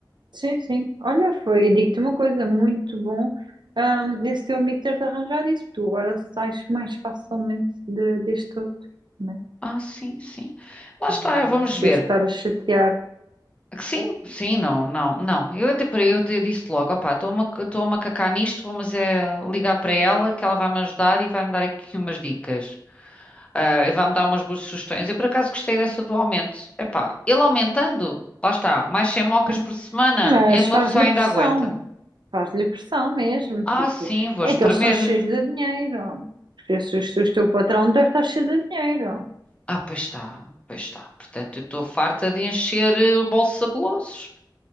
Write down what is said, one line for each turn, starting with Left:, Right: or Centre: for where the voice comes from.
Right: Sim, sim. Olha, foi, digo-te uma coisa, muito bom, hum, esse teu amigo ter-te arranjado isso, tu agora sais mais facilmente de- deste outro, né?
Left: Ah, sim, sim. Lá
Right: Nem
Left: está, vamos
Right: é preciso
Left: ver.
Right: estar a chatear,
Left: Que Sim, sim, não, não, não. Eu até para eu te disse logo, opá, estou-me a estou-me a cacar nisto, vou mas é ligar para ela que ela vai-me ajudar e vai-me dar aqui umas dicas. Ah, e vai-me dar umas boas sugestões. Eu por acaso gostei dessa do aumento. Epá, ele aumentando, lá está, mais 100 mocas
Right: né?
Left: por semana,
Right: mas
Left: é uma
Right: faz-lhe
Left: pessoa ainda
Right: pressão,
Left: aguenta.
Right: faz-lhe pressão mesmo,
Left: Ah,
Right: tipo,
Left: sim, vou
Right: é
Left: espremer-lhe.
Right: que eles estão cheios de dinheiro, porque se o o teu patrão deve estar cheio de dinheiro.
Left: Ah, pois está, pois está. Portanto, eu estou farta de encher eh, o bolso a golosos.